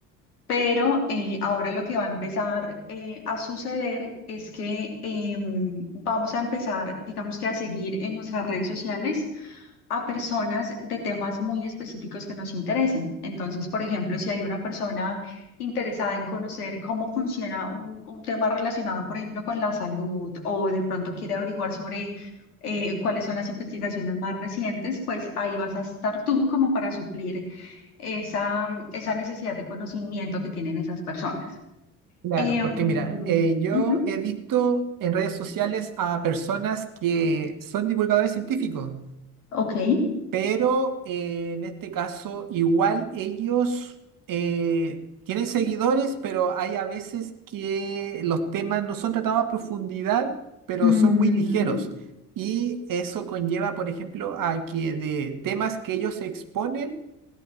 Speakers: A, on the left (about 75°); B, on the right (about 45°).
A: Pero eh, ahora lo que va a empezar eh, a suceder es que em, vamos a empezar, digamos que a seguir en nuestras redes sociales a personas de temas muy específicos que nos interesen. Entonces, por ejemplo, si hay una persona interesada en conocer cómo funciona un, un tema relacionado, por ejemplo, con la salud o de pronto quiere averiguar sobre eh, cuáles son las investigaciones más recientes, pues ahí vas a estar tú como para suplir esa, esa necesidad de conocimiento que tienen esas personas.
B: Claro,
A: Em,
B: porque mira, eh, yo
A: ujú,
B: he visto en redes sociales a personas que son divulgadores científicos
A: ok.
B: Pero eh, en este caso, igual ellos eh, tienen seguidores, pero hay a veces que los temas no son tratados a profundidad, pero
A: Ujú,
B: son muy ligeros. Y eso conlleva, por ejemplo, a que de temas que ellos exponen,